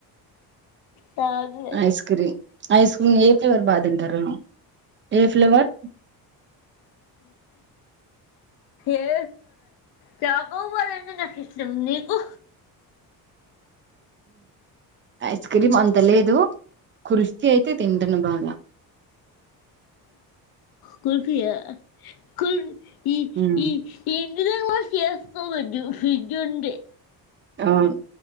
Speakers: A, on the left (about 70°); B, on the right (about 30°).
A: స అదిలే
B: ఐస్ క్రీమ్ ఐస్ క్రీమ్ ఏ ఫ్లేవర్ బా తింటార ఏ ఫ్లేవర్
A: ఏ చచోబర్ అంటే నాకు ఇష్టం నీకు
B: ఐస్ క్రీమ్ అంత లేదు కుల్ఫి అయితే తింటను బాగా
A: కుల్ఫీయా కుల్ ఈ
B: ఉమ్
A: ఈ ఏ ఇ చేస్త ఫ్రిడ్జ ఉంది
B: అవును